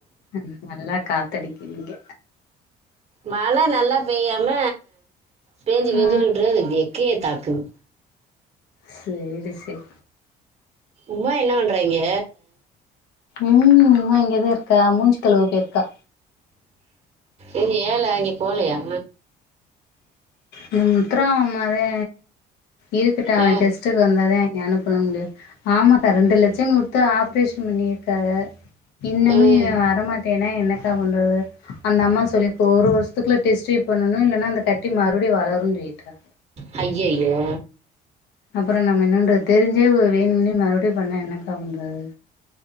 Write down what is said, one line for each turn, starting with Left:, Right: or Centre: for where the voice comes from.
Left: ம் நல்லா காத்தடிக்கிதிங்க
Right: மழ நல்லா பேயாம பேஞ்சு
Left: ஆ
Right: பேஞ்சுட் வுடறது வெக்கைய தாக்குது
Left: சேரி செரி
Right: உமா என்ன பண்றா இங்க
Left: ம் உமா இங்கதா இருக்கா மூஞ்சி கழுவ போயிருக்கா
Right: இங்க ஏல இங்க போலையா
Left: இந்த முத்ரா அவுங்கம்மாதே இருக்கட்டு அவ
Right: ஆ
Left: டெஸ்ட்டுக்கு வந்ததெ நா என்ன பண்ண முடியு ஆமாக்கா ரெண்டு லட்ச குடுத்து ஆப்ரேஷன் பண்ணிருக்காக இன்னமு
Right: ம்
Left: இவ வரமாட்டேனா என்னக்கா பண்றது அந்த அம்மா சொல்லி இப்போ ஒரு வருஷத்துக்குல டெஸ்ட்யூப் பண்ணணு இல்லனா அந்த கட்டி மறுவுடி வளருன் சொல்லிட்டாக
Right: ஹையயோ
Left: அப்ற நம்ம என்னன்றது தெரிஞ்சே வேணும்னே மறுபடியு பண்ணா என்னக்கா பண்றது